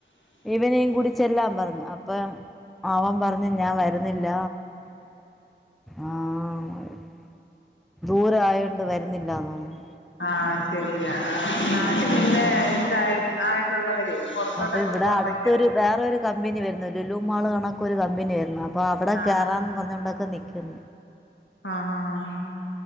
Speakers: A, in the centre; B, on the left (about 80°).
A: ഇവനെയും കുടിച്ചെല്ലാം പറഞ്ഞു അപ്പം അവൻ പറഞ്ഞ് ഞാൻ വര്ന്നില്ല. ആഹ്. ദൂര ആയോണ്ട് വര്ന്നില്ലന്ന് പർഞ്.
B: ആഹ് ശരിയാ ആഹ് നാട്ടി പിന്നെ ഇതായ ആഹ് റ്റുള്ളവരെ പുറത്തോട്ടൊക്കെ
A: അപ്പൊ ഇവിടെ
B: പോവാൻ
A: അടുത്തൊരു
B: ഭയങ്കര ബുദ്ധി
A: വേറൊരു കമ്പനി വരുന്നു ലുലു മാള് കണക്കെ ഒരു കമ്പനി വരുന്നു അപ്പൊ അവിടെ
B: ആഹ്
A: കേറാൻ പറഞ്ഞൊണ്ടൊക്കെ നിക്ക്യുന്നു.
B: ആഹ് ആ